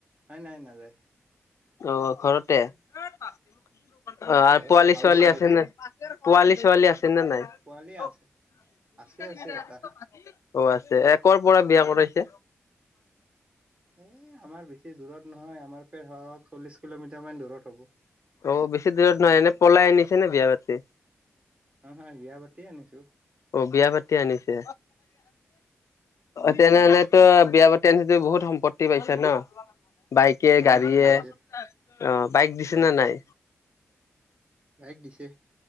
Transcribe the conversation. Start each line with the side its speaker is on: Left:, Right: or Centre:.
Right: না নাই নাযায়।
Left: অ' ঘৰতে, অ' আৰু
Right: ঘৰতে
Left: পোৱালি-ছোৱালী
Right: হাউচ ৱাইফ
Left: আছে নে? পোৱালি-ছোৱালী আছে নে নাই?
Right: পোৱালি আছে
Left: অ'
Right: আছে আছে এটা
Left: আছে। এ কৰ পৰা বিয়া কৰাইছে?
Right: এই আমাৰ বেছি দূৰত নহয়, আমাৰ পেট হক চল্লিছ কিলোমিটাৰমান দূৰত হ'ব।
Left: অ' বেছি দূৰত নাই, এনে পলাইনিছে নে বিয়া পাতি?
Right: অ' হয়, বিয়া পাতিয়ে আনিছোঁ।
Left: অ' বিয়া পাতি আনিছে। অ' তেনেহ'লে ত বিয়া পাতি আনিছে, বহুত সম্পত্তি পাইছে ন? বাইকে,
Right: হয়
Left: গাড়ীয়ে
Right: হয় দিছে
Left: অ' বাইক দিছে
Right: হয়
Left: না নাই?
Right: বাইক দিছে।